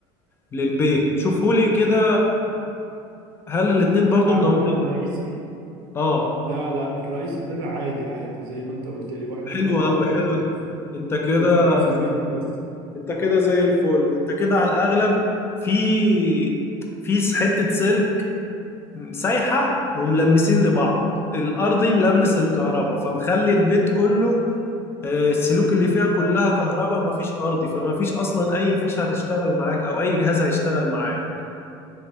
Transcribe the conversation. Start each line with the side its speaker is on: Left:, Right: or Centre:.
Left: للبيت شوفهولي كده هل الاتنين برضو
Right: عملنا
Left: منورين
Right: الرئيسي
Left: اه
Right: لا لا الرئيسي طلع عادي عادي زي ما انت قلت لي واحد
Left: حلو
Right: منور
Left: قوي
Right: وواحد
Left: حلو
Right: طافي
Left: انت كده
Right: هي الفكرة في البيت بس
Left: انت كده زي الفل انت كده على الاغلب في في حتة سلك سايحة وملمسين لبعض الارضي ملمس للكهرباء فمخلي البيت كله آه، السلوك اللي فيها كلها كهرباء مفيش ارضي فمفيش اصلا اي فيش هتشتغل معاك او اي جهاز هيشتغل معاك